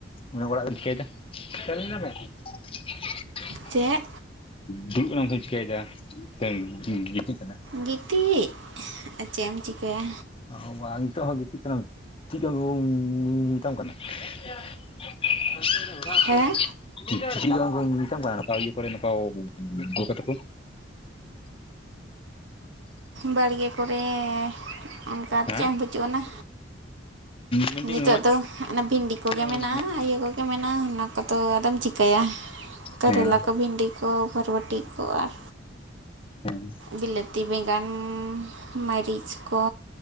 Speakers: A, on the left; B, on the right.
A: ᱚᱲᱟᱜ ᱨᱮᱢ ᱪᱤᱠᱟᱹᱭᱮᱫᱟ <unintelligible>
B: ᱪᱮᱫ?
A: ᱫᱩᱲᱩᱵ ᱠᱟᱱᱟᱢ ᱥᱮᱢ ᱪᱤᱠᱟᱹᱭᱮᱫᱟ ᱥᱮ ᱜᱤᱛᱤᱡ ᱠᱟᱱᱟ
B: ᱜᱤᱛᱤᱡ ᱟᱨ ᱪᱮᱫ ᱮᱢ ᱪᱤᱠᱟᱹᱭᱟ
A: ᱚ ᱵᱟ ᱱᱤᱛᱚᱜ ᱦᱚᱸ ᱜᱤᱛᱤᱡ ᱠᱟᱱᱟᱢ ᱪᱮᱫ ᱵᱟᱝᱠᱚ ᱢᱮᱛᱟᱢ ᱠᱟᱱᱟ <unintelligible>
B: ᱦᱮᱸ
A: ᱪᱮᱫ ᱜᱮ ᱵᱟᱝ ᱠᱚ ᱢᱮᱛᱟᱢ ᱠᱟᱱᱟ ᱱᱚᱝᱠᱟ ᱤᱭᱟᱹ ᱠᱚᱨᱮ ᱱᱚᱝᱠᱟ ᱜᱚᱜᱚ ᱛᱟᱠᱚ
B: ᱵᱟᱲᱜᱮ ᱠᱚᱨᱮ ᱚᱱᱠᱟ
A: ᱦᱮᱸ
B: ᱪᱮᱫ ᱦᱚᱸ ᱵᱟᱹᱪᱩᱜ ᱟᱱᱟ
A: ᱢᱮᱱᱫᱟᱹᱧ
B: ᱱᱤᱛᱚᱜ
A: ᱢᱚᱡᱽ
B: ᱫᱚ ᱚᱱᱟ ᱵᱷᱤᱱᱰᱤ ᱠᱚᱜᱮ
A: ᱦᱮᱸ
B: ᱢᱮᱱᱟᱜᱼᱟ ᱤᱭᱟᱹ ᱠᱚᱜᱮ ᱢᱮᱱᱟᱜᱼᱟ ᱚᱱᱟ ᱠᱚᱫᱚ ᱟᱫᱚᱢ ᱪᱤᱠᱟᱹᱭᱟ ᱠᱟᱨᱮᱞᱟ
A: ᱦᱮᱸ
B: ᱠᱚ ᱵᱷᱤᱱᱰᱤ ᱠᱚ ᱵᱚᱨᱵᱚᱴᱤ ᱠᱚ ᱟᱨ
A: ᱦᱩᱸ
B: ᱵᱤᱞᱟᱹᱛᱤ ᱵᱮᱸᱜᱟᱱ ᱢᱟᱹᱨᱤᱪ ᱠᱚ